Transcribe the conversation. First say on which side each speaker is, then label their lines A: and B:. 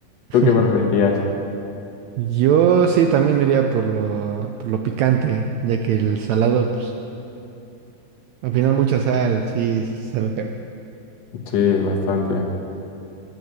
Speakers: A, on the left; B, on the right.
A: ¿Tú
B: <laughs>
A: qué preferirías?
B: Yo sí también me iría por lo, por lo picante, ya que el salado, pues, al final mucha sal, sí, sí sabe feo.
A: Sí, bastante.